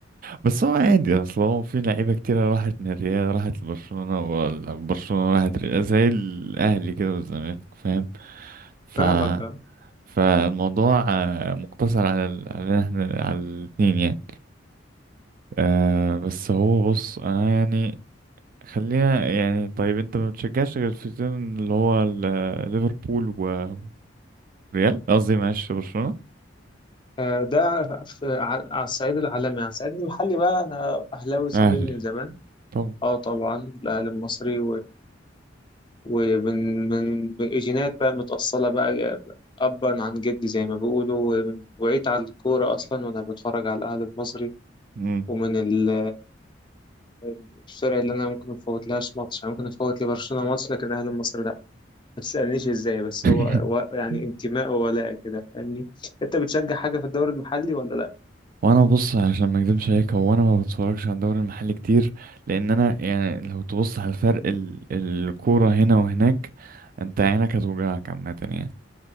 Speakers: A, on the right; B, on the left.
A: بس هو عادي اصل هو في لعيبة كتيرة راحت من الريال راحت لبرشلونة ولا برشلونة راحت ريال زي الأهلي كده والزمالك فاهم ف
B: فاهمك اه
A: فالموضوع آه، مقتصر على ال... على احنا على الاتنين يعني آه بس هو بص انا يعني خلينا يعني طيب انت ما بتشجعش غير الفريقين اللي هو ال- ليفربول و- وريال قصدي معلش برشلونة
B: آه، ده في- على على الصعيد العالمي على الصعيد المحلي بقى انا اهلاوي صميم
A: اهلي
B: من زمان
A: طبعا
B: اه طبعا الاهلي المصري ومن من من جينات بقى متأصلة بقى أبا عن جدي زي ما بيقولوا ومن- وعيت على الكورة أصلا وأنا بتفرج على الأهلي المصري
A: مم.
B: ومن ال- الفرق اللي أنا ممكن مفوت لهاش ماتش يعني ممكن أفوت لبرشلونة ماتش لكن الأهلي المصري لأ ما تسألنيش إزاي بس
A: <laughs>
B: هو هو يعني انتماء وولاء كده فاهمني أنت بتشجع حاجة في الدوري المحلي ولا لأ؟
A: وانا بص عشان ما اكدبش عليك هو انا ما بتفرجش على الدوري المحلي كتير لان انا يعني لو تبص على الفرق ال الكوره هنا وهناك انت عينك هتوجعك عامه يعني